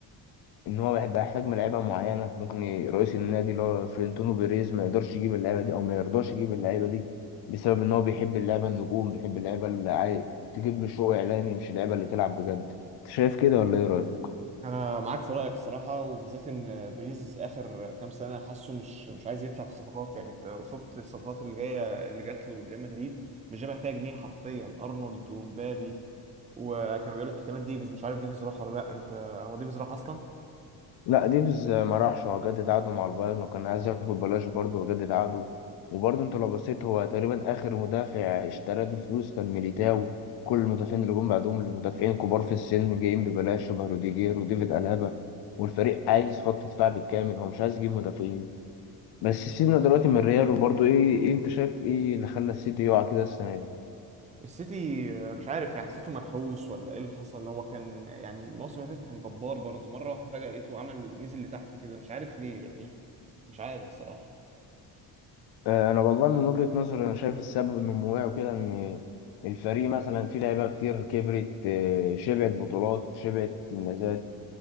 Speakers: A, on the left (about 70°); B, on the right (about 15°).
A: ان هو هيبقى يحتاج ملاعيبه معينه ممكن ي- رئيس النادي اللي هو فلورنتينو بيريز ما يقدرش يجيب اللعيبه دي او ما يرضاش يجيب اللعيبه دي بسبب ان هو بيحب اللعبه النجوم بيحب اللعبه اللي عاي... تجيب له شو اعلامي مش اللعبه اللي تلعب بجد انت شايف كده ولا ايه رايك
B: انا معاك في رايك الصراحه وبالذات ان بيريز اخر كام سنه حاسه مش مش عايز يدفع في الصفقات يعني انت لو شفت الصفقات اللي جايه اللي جات له لريال مدريد مش جايبها فيها جنيه حرفيا ارنولد ومبابي وكانوا بيقول لك احتمال ديفيز مش عارف ديفيز راح ولا لا انت هو ديفيز راح اصلا
A: لا ديفيز ما راحش هو جدد عقده مع البايرن وكان عايز ياخد ببلاش برضه وجدد عقده وبرضه انت لو بصيت هو تقريبا اخر مدافع اشتراه بفلوس كان ميليتاو كل المدافعين اللي جم بعدهم المدافعين كبار في السن جايين ببلاش شبه روديجير وديفيد ألابا والفريق عايز خط دفاع بالكامل هو مش عايز يجيب مدافعين بس سيبنا دلوقتي من الريال وبرضه ايه, إيه انت شايف ايه اللي خلى السيتي يقع كده السنة دي
B: السيتي مش عارف يعني حسيته منحوس ولا ايه اللي حصل هو كان يعني الموسم اللي فات كان جبار برضه مره واحده فجاه لقيته عمل نزل لتحت كده مش عارف ليه يعني مش عارف صراحه
A: آه، انا والله من وجهة نظري انا شايف السبب النموي وكده ان الفريق مثلا فيه لعيبه كتير كبرت آه، شبعت بطولات شبعت انجازات